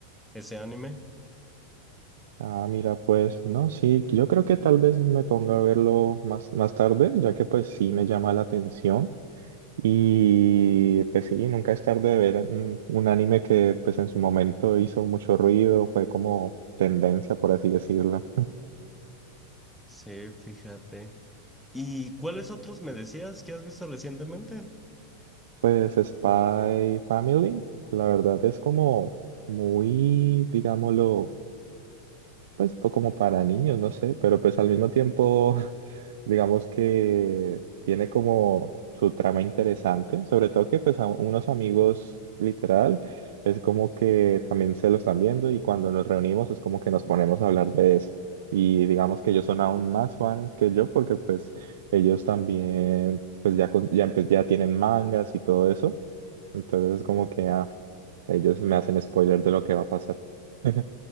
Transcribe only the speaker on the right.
Ah, mira, pues no, sí, yo creo que tal vez me ponga a verlo más, más tarde, ya que pues sí me llama la atención. Y pues sí, nunca es tarde de ver un, un anime que pues en su momento hizo mucho ruido, fue como tendencia, por así decirlo.
Pues Spy Family, la verdad es como muy, digámoslo, pues po- como para niños, no sé, pero pues al mismo tiempo, <laughs> digamos que tiene como su trama interesante, sobre todo que pues a unos amigos literal es como que también se lo están viendo y cuando nos reunimos es como que nos ponemos a hablar de eso. Y digamos que ellos son aún más fan que yo porque pues ellos también pues ya, con- ya, empe- ya tienen mangas y todo eso, entonces es como que ah, ellos me hacen spoiler de lo que va a pasar. <laughs>